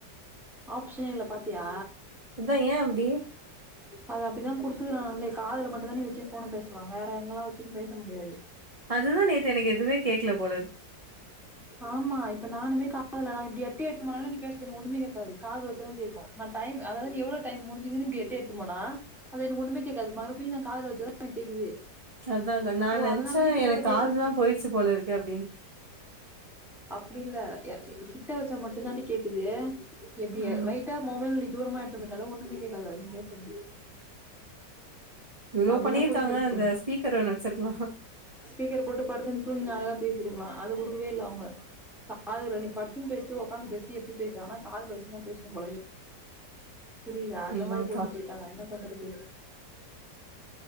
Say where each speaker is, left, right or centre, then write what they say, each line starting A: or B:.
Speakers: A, in the centre; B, on the right.
A: ஆப்ஷனே இல்ல பாத்தியா
B: த்தா ஏ அப்பிடி
A: அது அப்பிடிதா குடுத்துக்கலானாடே காதல மட்டுதா நீ வச்சி போன பேசலா வேற எங்கல்லா வச்சுன்னு பேச முடியாது
B: அதுதா நேத்து எனக்கு எதுவுமே கேக்கல போல இருக்கு
A: ஆமா இப்ப நானுமே காதல நா எப்பிடி எட்டே எடுத்து போனாலு நீ பேசுதுக்கு ஒண்ணுகேக்காது காதல வச்சதா கேட்கு நா டைம் அதாவது நீ எவ்ளோ டைம் முடிஞ்சிதுனு இப்பிடி எட்டே எடுத்து போனா அது எனக்கு ஒன்னுமே கேக்காது மறுபிடியு காதல வச்சதா ஆ கேக்குது
B: அதாக நானு
A: ஓ
B: நெனச்சே
A: அதனால தானே கேக்கல
B: எனக்கு
A: கேக்கல
B: காதுதா போயிச்சி போல இருக்கே அப்பிடின்
A: அப்பிடி இல்ல கிட்ட வச்சா மட்டுதான்டி கேக்குது எப்பிடியா
B: ம்
A: லைட்டா மொபைல் நீ தூரமா எடுத்துமாட்டாலு ஒண்ணுமே கேட்காதா நீ பேசுறது
B: இவ்ளோ
A: அப்டிதா
B: பண்ணியிருக்காங்க
A: போயினு இருக்கு
B: அந்த ஸ்பிக்கர் ஒன்னு வச்சிருக்கலா
A: ஸ்பீக்கர் போட்டு படுத்துன்னு தூங்கினு அழகா பேசிருக்கலா அத குடுக்கவே இல்ல அவுங்க காதல நீ படுத்துன்னு பேசு உக்காந்து பேசு எப்பிடி பேசு ஆனா காதல வச்சிதா பேசணு போல புரியுதா அந்த
B: அதான்க்கா
A: மாரி போட்டு போயிட்டாங்க என்ன பண்றது